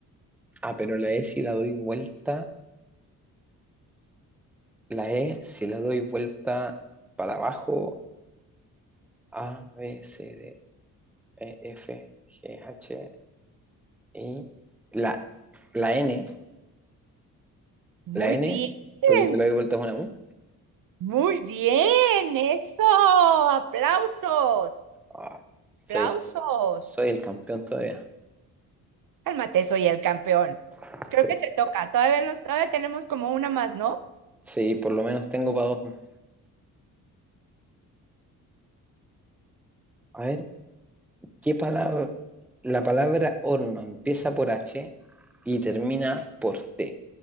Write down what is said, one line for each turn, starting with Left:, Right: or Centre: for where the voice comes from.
Centre: Ah, pero la E si la doy vuelta, la E si la doy vuelta para abajo, A, B, C, D, E, F, G, H, I. La, la N,
Right: Muy
Centre: la N,
Right: bien,
Centre: porque si la doy vuelta es una U.
Right: muy bien, eso, aplausos,
Centre: Ah, soy
Right: aplausos.
Centre: Soy el campeón todavía.
Right: Cálmate, soy el campeón.
Centre: <laughs>
Right: Creo que
Centre: Sí,
Right: te toca. Todavía nos, todavía tenemos como una más, ¿no?
Centre: Sí, por lo menos tengo para dos más. A ver, ¿qué palabra? La palabra horno empieza por H y termina por T.